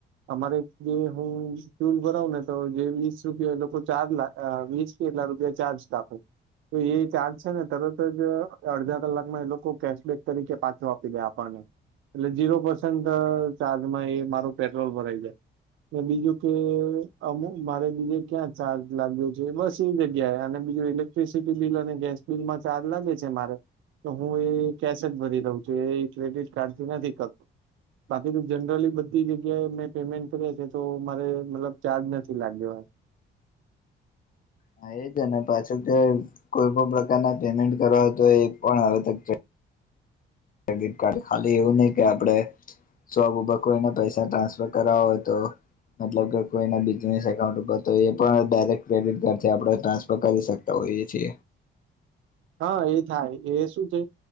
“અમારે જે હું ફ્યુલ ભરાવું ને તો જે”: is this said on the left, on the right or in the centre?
Right